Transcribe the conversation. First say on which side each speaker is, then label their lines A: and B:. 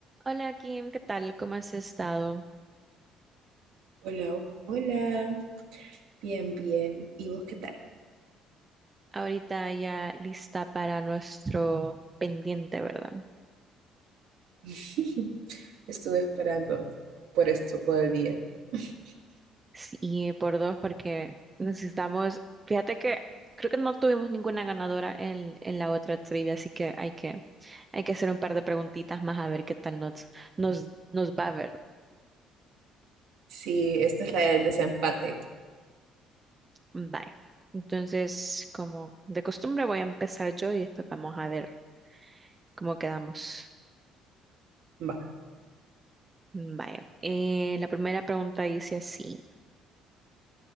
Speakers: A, on the right; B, on the right.
A: Hola Kim, ¿qué tal? ¿Cómo has estado?
B: Hola, hola, bien, bien. ¿Y vos qué tal?
A: Ahorita ya lista para nuestro pendiente, ¿verdad?
B: <laughs> Estuve esperando por esto todo el día. <laughs>
A: Sí, Y por dos, porque necesitamos, fíjate que creo que no tuvimos ninguna ganadora en, en la otra trivia, así que hay que, hay que hacer un par de preguntitas más a ver qué tal nos, nos, nos va, ¿verdad?
B: Sí, esta es la del desempate.
A: Bye. Entonces, como de costumbre, voy a empezar yo y después vamos a ver cómo quedamos.
B: Va.
A: Vaya, eh, la primera pregunta dice así.